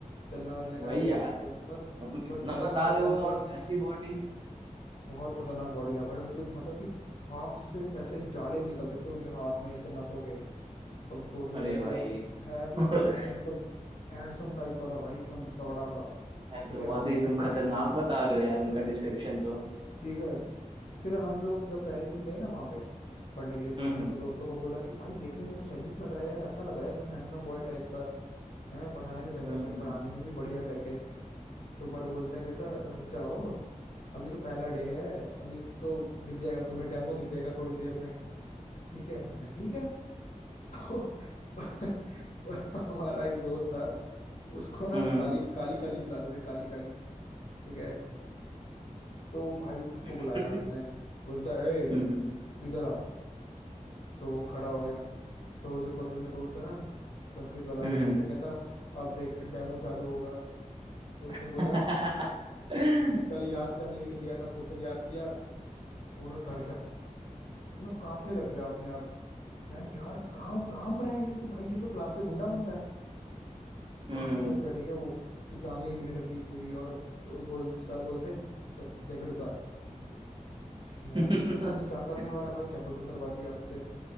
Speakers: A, on the left; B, on the right.
A: चलना वलने का
B: वही
A: है नहीं
B: यार
A: तो इनका
B: और तुम इतना
A: बट भाई
B: बता
A: पता
B: रहे हो
A: नहीं
B: और ऐसी बॉडी
A: बहुत खतरनाक बॉडी था भाई उनके मतलब कि हाथ से ऐसे जाले निकलते थे उनके हाथ में ऐसे नसों के अब सोच लो
B: अरे
A: कैसी
B: भाई
A: और है भी
B: <laughs> यार
A: एकदम हैंडसम हैंडसम टाइप का था भाई एकदम तगड़ा सा ठीक
B: तो
A: है
B: बहुत ही तुम खतरनाक बता रहे हो यार उनका डिस्क्रिप्शन तो
A: ठीक है फिर हम लोग जब पहले दिन गए ना वहां पे पढ़ने के लिए तो
B: हम्म
A: हमने अपने दोस्तों को बोला कि भाई देखने में तो शरीफ लग रहा है यार अच्छा लग रहा है एकदम हैंडसम बॉय टाइप का है पढ़ाने में कैसा
B: हम्म
A: है भाई पढ़ाने
B: हम्म
A: में भी बढ़िया करके तो पर बोलता है कहता है, रुक जाओ अभी तो पहला डे है अभी तो दिख जाएगा तुम्हें डेमो दिख जाएगा थोड़ी देर में ठीक है मैं, ठीक है तो <laughs> हमारा एक दोस्त था उसको ना
B: हम्म
A: हम काली काली काली बुलाते थे काली काली ठीक है तो भाई उसको
B: <laughs>
A: बुलाया
B: हम्म हम्म
A: उसने बोलता है ए
B: हम्म हम्म
A: इधर आ तो वो खड़ा हो गया तो जो बगल में दोस्त था ना संस्कृत वाला
B: हम्म
A: वो बोलता
B: हम्म
A: है कहता अब देख डेमो चालू होगा तो
B: <laughs>
A: उसने बोला कल याद करने के लिए दिया था क्वेश्चन याद किया वो ना डर गया वो ना कांपने लग गया अपने आप मैं यार कहाँ कहाँ पर है ये तो भाई ये तो क्लास में गुंडा बनता है
B: हम्म,
A: काम
B: हम्म,
A: में
B: हम्म,
A: लग गया ठीक है वो उसकी टांगे हिलने लग गई पूरी और वो बोल सर बोलते चल जैकेट उतार ठीक,
B: <laughs>
A: मैं पता नहीं क्या करने वाला भाई जैकेट उतरवा दिया उससे